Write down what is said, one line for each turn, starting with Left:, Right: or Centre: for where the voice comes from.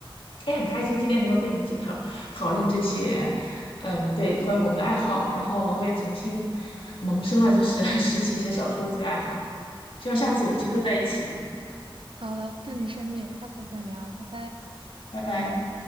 Left: 哎，很开心今天能够跟你一起讨讨论这些，
Right: 嗯
Left: 嗯，对，关于我们的爱好。然后我也重新萌生了就是 <laughs> 拾起写小说的这个爱好，希望下次有机会在一起。
Right: 嗯，嗯好的，祝你顺利，下次再聊，拜拜。
Left: 拜拜。